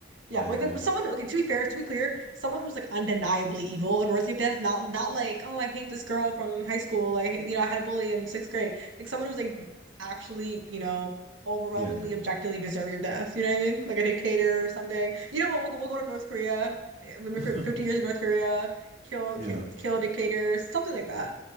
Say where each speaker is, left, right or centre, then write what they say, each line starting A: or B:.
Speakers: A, on the right (about 80°); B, on the right (about 35°).
A: Yeah,
B: I
A: like,
B: agree.
A: like someone. Okay, to be fair, to be clear, someone who's like undeniably evil and worthy of death. Not not like, oh, I hate this girl from high school. I hate, you know, I had a bully in sixth grade. Like someone who's like actually, you know. Overwhelmingly,
B: Yeah, yeah,
A: objectively deserving of death. You know what I mean? Like a dictator or something. You know what? We'll, go- we'll go to North Korea. We're
B: <laughs>
A: 50 years in North Korea. Kill,
B: yeah,
A: kill kill a dictator. Something like that.